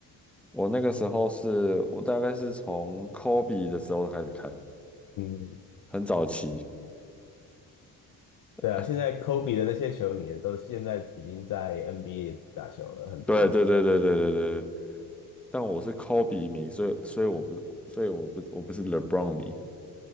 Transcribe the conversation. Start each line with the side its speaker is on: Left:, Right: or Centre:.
Centre: 我那个时候是我大概是从科比的时候开始看。
Left: 嗯。
Centre: 很早期。
Left: 对啊，
Centre: <laughs>
Left: 现在 Kobe 的那些球迷都现在已经在 NBA 打球了，很多。
Centre: 对对对对对对对对，但我是 Kobe 迷，所以所以我不，所以我不我不是 LeBron 迷，